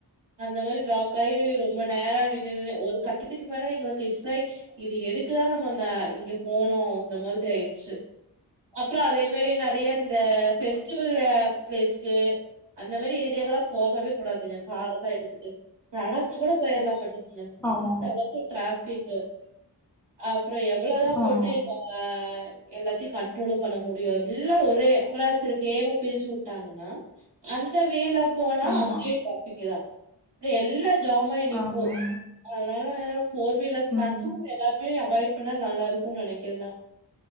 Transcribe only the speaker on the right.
அந்த மாரி பிளாக் ஆகி ரொம்ப நேரம் நின்நின்னு ஒரு கட்டு இதுக்கு மேல எங்களுக்கு இசை இது எதுக்கு தா நம்ம இங்க போனோ இந்த மாரி அய் டுச்சு அப்றோ அதே மாரி நெறைய இந்த பெஸ்டிவல் பிளேஸ்க்கு அந்த மாரி ஏரியாக்கலாம் போகவே கூடாதுங்க காரு எடுத்துட்டு நடந்து கூட போயிடலா பாத்துடுங்க
அந்த
அளவுக்கு டிராபிக்கு அப்றோ எவ்ளோ தா போட்டு
அ எல்லாத்தையும் கண்ட்ரோலு பண்ண முடியாது எல்லா ஒரு அப்றோ ஆச்சு கேமுன் பிரிச்சு வுட்டாங்கன்னா அந்த வேளா போனா
அங்கே பாத்துக்கலா எல்லா ஜாம் ஆகி நிக்கும்
அதனால ஃபோர் வீலர்ஸ் ஸ்பேர்ஸ்சும்
எல்லார்க் அவாய்ட் பண்ணா நல்லா இருக்கும் நெனைக்கிறேன் நா